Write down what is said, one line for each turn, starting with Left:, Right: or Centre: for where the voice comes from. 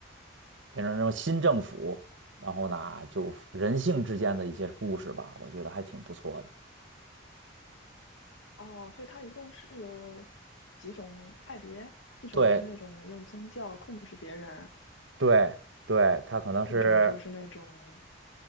Right: 变成什么新政府，然后呢，就人性之间的一些故事吧，我觉得还挺不错的。
Left: 哦，所以它一共是有几种派别，一种是那种用宗教控制别人，
Right: 对对对，它可能是
Left: 一种就是那种